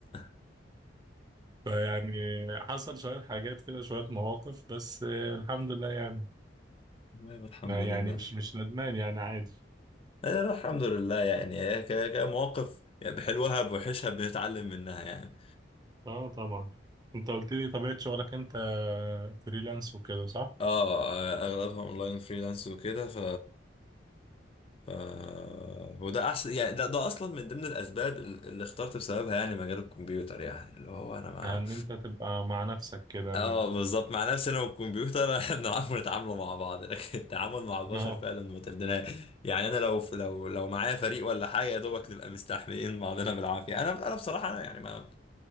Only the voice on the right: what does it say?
فيعني حصل شوية حاجات كده شوية مواقف بس آه، الحمد لله يعني
لا
يعني مش مش ندمان يعني عادي
اه طبعا انت قلت لي طبيعة شغلك انت فريلانس وكده صح؟
يعني ان انت تبقى مع نفسك كده
م-
اه